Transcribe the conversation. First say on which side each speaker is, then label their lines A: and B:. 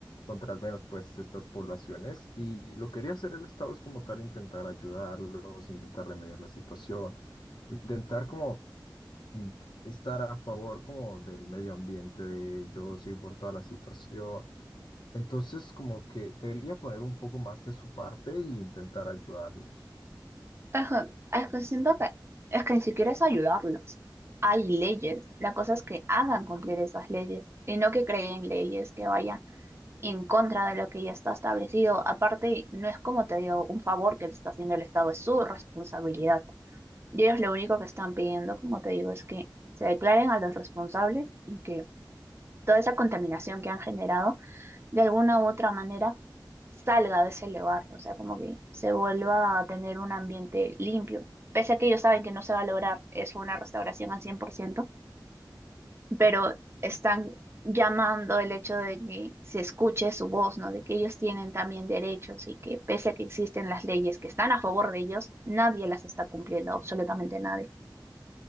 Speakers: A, on the left (about 70°); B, on the right (about 35°).
A: contra al menos pues estas poblaciones. Y lo que quería hacer el Estado es como tal intentar ayudarlos, intentar remediar la situación, intentar como in- estar a favor como del medio ambiente de ellos y por toda la situación. Entonces como que debería poner un poco más de su parte e intentar ayudarlos.
B: Es que, es que siento que es que ni siquiera es ayudarlos. Hay leyes. La cosa es que hagan cumplir esas leyes y no que creen leyes que vayan en contra de lo que ya está establecido. Aparte, no es como te digo, un favor que le está haciendo el Estado, es su responsabilidad. Y ellos lo único que están pidiendo, como te digo, es que se declaren a los responsables y que toda esa contaminación que han generado, de alguna u otra manera, salga de ese lugar, o sea, como que se vuelva a tener un ambiente limpio. Pese a que ellos saben que no se va a lograr eso, una restauración al 100%, pero están llamando el hecho de que se escuche su voz, ¿no? De que ellos tienen también derechos y que pese a que existen las leyes que están a favor de ellos, nadie las está cumpliendo, absolutamente nadie.